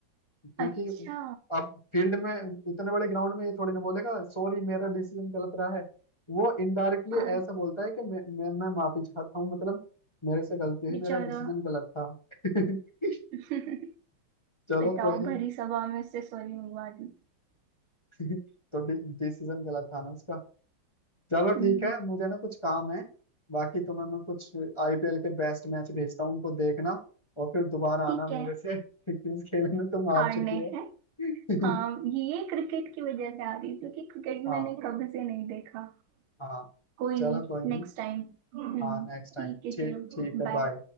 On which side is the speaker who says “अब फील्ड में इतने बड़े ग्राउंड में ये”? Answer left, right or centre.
Left